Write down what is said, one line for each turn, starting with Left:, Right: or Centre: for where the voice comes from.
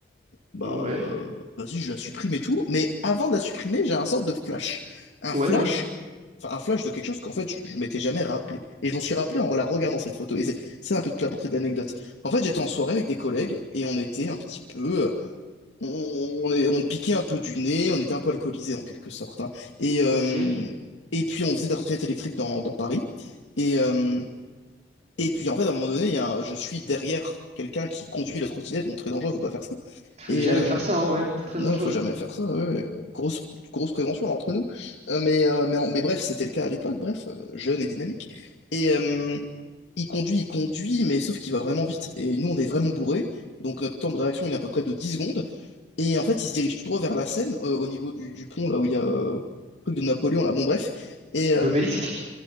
Left: bah
Right: Ouais,
Left: euh, vas-y, je la supprime et tout. Mais avant de la supprimer, j'ai un sorte de flash. Un
Right: ouais,
Left: flash,
Right: ouais.
Left: enfin un flash de quelque chose qu'en fait je, je m'étais jamais rappelé. Et je m'en suis rappelé en la regardant cette photo. Et c'est c'est un peu toute la portée de l'anecdote. En fait, j'étais en soirée avec des collègues et on était un petit peu. euh, On, on est- on piquait un peu du nez, on était un peu alcoolisés en quelque sorte. hein. Et, euh,
Right: Ok.
Left: et puis on faisait de la trottinette électrique dans, dans Paris. Et, euh, et puis en fait, à un moment donné, il y a un- je suis derrière quelqu'un qui conduit la trottinette, bon, très dangereux, faut pas faire ça.
Right: Faut
Left: Et,
Right: jamais
Left: euh,
Right: faire ça, hein, ouais. C'est très
Left: non,
Right: dangereux.
Left: faut jamais faire ça. ouais, ouais. Grosse, grosse prévention là, entre nous. Euh, mais, euh, mais, en- mais bref, c'était le cas à l'époque. Bref, euh, jeune et dynamique. Et euh, il conduit, il conduit, mais sauf qu'il va vraiment vite. Et nous, on est vraiment bourrés. Donc notre temps de réaction, il est à peu près de 10 secondes. Et en fait, il se dirige tout droit vers la Seine, euh, au niveau du, du pont, là où il y a euh, le truc de Napoléon, là. Bon, bref. Et, euh,
Right: L'obélisque.